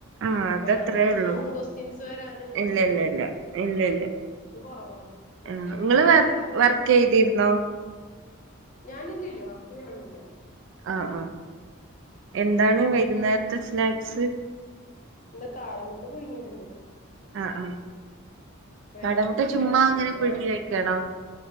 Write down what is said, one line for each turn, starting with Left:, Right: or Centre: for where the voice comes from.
Right: ആഹ് അത്
Left: വേറെ
Right: അത്രേയേള്ളു
Left: പുറത്തുന്നൊന്നും ക്വസ്റ്റ്യൻസ് വരാന്
Right: ഇല്ല
Left: ഒന്നും ഇല്ലല്ലോ
Right: ഇല്ല ഇല്ല്യ ഇല്ല ഇല്ല്യാ.
Left: ഇത് കുറവാണ് മറ്റേതാവുമ്പോ
Right: ആഹ് ങ്ങള്
Left: അങ്ങനെയല്ല
Right: വർ വർക്കയ്തിര്ന്നോ?
Left: ഞാനില്ലില്ല വർക്ക്യ്യ്ണൊന്നുല്ല.
Right: ആഹ് ആഹ് എന്താണ്
Left: ഞാന്
Right: വൈകുന്നേര്ത്തെ സ്നാക്സ്?
Left: എന്താ കാട മുട്ട പുഴുങ്ങീട്ട്ണ്ട്.
Right: ആഹ് ആഹ്,
Left: വേറെ
Right: കാട മുട്ട
Left: ഒന്നുമില്ല
Right: ചുമ്മാ
Left: പിന്നെ
Right: അങ്ങനെ പ്ഴുങ്ങി വെക്കാണോ?